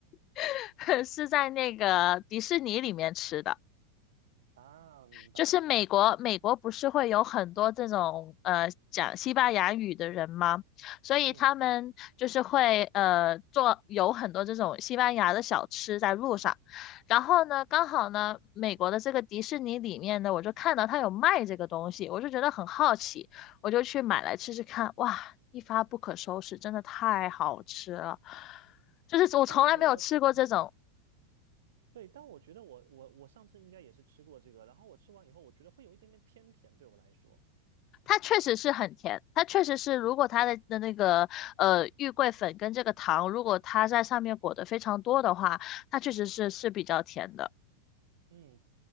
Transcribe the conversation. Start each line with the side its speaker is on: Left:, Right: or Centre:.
Left: <laughs> 是在那个迪士尼里面吃的。
Right: 啊，明白了，
Left: 就是美国，美国不是会有很多这种呃讲西班牙语的人吗？所以他们就是会呃做有很多这种西班牙的小吃在路上。
Right: 嗯，
Left: 然后呢，刚好呢，美国的这个迪士尼里面呢，我就看到它有卖这个东西，我就觉得很好奇，我就去买来吃吃看。哇，一发不可收拾，真的太好吃了！就是我从来没有吃过这种
Right: 但我觉得，嗯，对，但我觉得我我我上次应该也是吃过这个，然后我吃完以后，我觉得会有一点点偏甜，对我来说，
Left: 它确实是很甜，它确实是，如果它的的那个呃玉桂粉跟这个糖，如果它在上面裹得非常多的话，它确实是是比较甜的，
Right: 嗯，